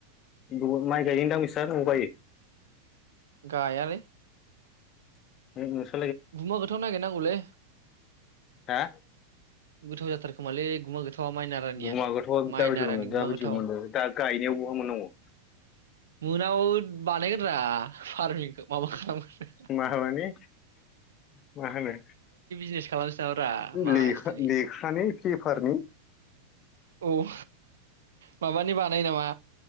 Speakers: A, on the left (about 30°); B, on the right (about 65°).
A: बहुद माइ गायोदां नोंस्रा नआव गायो?
B: गायालै।
A: <unintelligible>
B: गुमा गोथाव नागिरनांगौलै।
A: हा
B: गोथाव जाथारोखोमालै गुमा गोथावा माइ नारानिया,
A: गुमा गोथावा
B: माइ
A: दाबायदि
B: नारानि
A: मोनो दाबायदि
B: गुमा गोथाव।
A: मोनो दा गायनायाव बहा मोननांगौ
B: मोनाबाबो बानायगोन रा फारमिंखौ माबा खालामगोन।
A: माबानि मा होनो
B: <unintelligible> मासथोनि
A: लेखा लेखानि पेपारनि?
B: औ। माबानि बानायो नामा